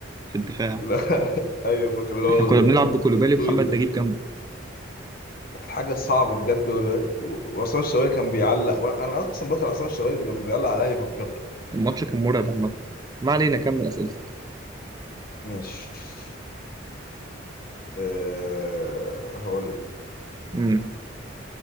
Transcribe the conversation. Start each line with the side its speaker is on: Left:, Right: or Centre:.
Right: في الدفاع
Left: <laughs> لا أيوه فاكر اللي هو
Right: احنا كنا بنلعب بكولوبالي
Left: الطويل
Right: ومحمد
Left: ده
Right: نجيب جنبه
Left: كانت حاجة صعبة بجد والواد- وعصام الشوالي كان بيعلق وأنا أصلا بكره عصام الشوالي لما بيعلق على الأهلي في أفريقيا
Right: الماتش كان مرعب عامة ما علينا كمل اسئلتك
Left: مش أه... هقول لك.
Right: مم.